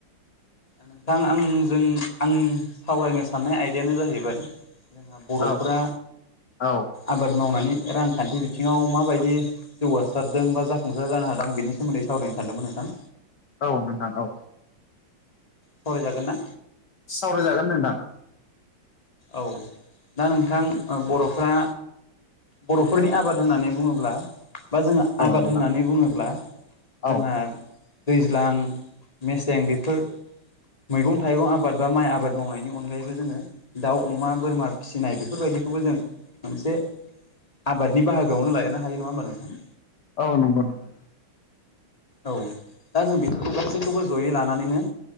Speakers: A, on the left; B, on the left.
A: नोंथां आंजों आं सावरायनो साननाय आयदायानो जाहैबाय। बर'फोरा
B: औ औ
A: आबाद मावनानै रांखान्थि बिथिङाव माबायदि जौगासारदों बा जाफुंसार जानो हादों आं बेनि सोमोन्दै सावराय सानदोंमोन नोंथां।
B: औ नोंथां औ।
A: सावराय जागोन?
B: सावरायजागोन नोंथां।
A: औ दा नोंथां बर'फ्रा। बर'फोरनि आबाद होननानै बुङोब्ला। बा जों
B: औ
A: आबाद
B: नोंथां
A: होननानै बुङोब्ला जोंहा।
B: औ
A: दैज्लां मेसें बेफोर मैगं थाइगं आबाद बा माइ आबाद मावनायनि अनगायैबो जोङो दाउ अमा बोरमा फिसिनाय बेफोरबायदि बेखौबो जों मोनसे आबादनि बाहागोआवनो लायनो हायो नङा होमबा नोंथां?
B: औ नंगौ नंगौ।
A: औ दा जों बेफोरखौ गासैखौबो जयै लानानैनो